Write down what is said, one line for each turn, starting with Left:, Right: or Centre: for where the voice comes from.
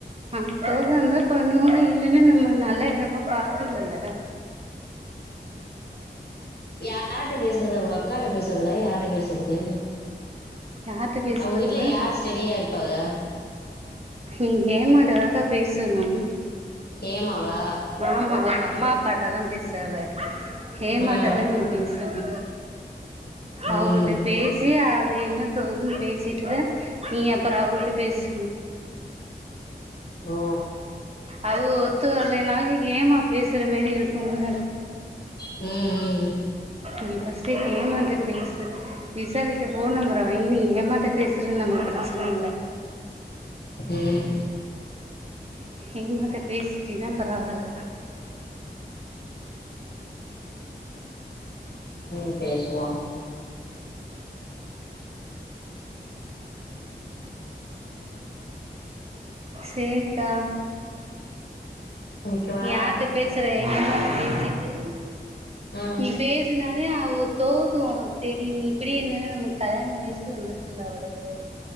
Right: அங்க தோதாருந்தா பண்ணுவோ இல்லனா நம்ம நல்ல எடமா பாக்கணுல
Left: யார்ட்ட பேசுறது அவுக அக்காட்ட பேசறதா யார்ட்ட பேசுறது
Right: யார்கிட்ட பேசுறதுன்னா
Left: அவுக வீட்ல யார் ஸ்டெடியா இருப்பாக
Right: நீ ஹேமாட்டதாக்கா பேசணு
Left: ஹேமாவா
Right: ஆமா அவுக தா அம்மா அப்பாட்டலா பேசாத ஹேமாட்டதா
Left: ஆ
Right: நீ பேசணு
Left: ம்
Right: அவுகள்ட்ட
Left: ம்
Right: பேசி அது என்ன தோதுனு பேசிட்டுதா நீ அப்றோ அவுள்ட்ட பேசு
Left: ஓ
Right: அவுக ஒத்து வரலைன் னாலு ஹேமா பேசுற மாரி இருக்குங்க
Left: அ அ
Right: நீ ஃபஸ்ட்டு ஹேமாட்ட பேசு விசாலிட்ட ஃபோன் நம்பர வாங்கி நீ ஹேமாட்ட பேசுறேனு நம்மக்கு பிரச்சன இல்ல
Left: டேய்
Right: ஹேமாட்ட பேசிட்டீனா பரவால்ல
Left: ம் பேசுவோ
Right: சேரிக்கா
Left: நிக்கவா
Right: நீ யார்ட்ட பேசி வச்சிரே <unintelligible> பேசிட்டு
Left: ம்
Right: நீ பேசினாதே அவுக தோது ஒனக்கு தெரியு நீ இப்பிடியே இருந்தேனா நமக்கு கல்யாண வயசு வந்துருச்சுல அவளுக்கு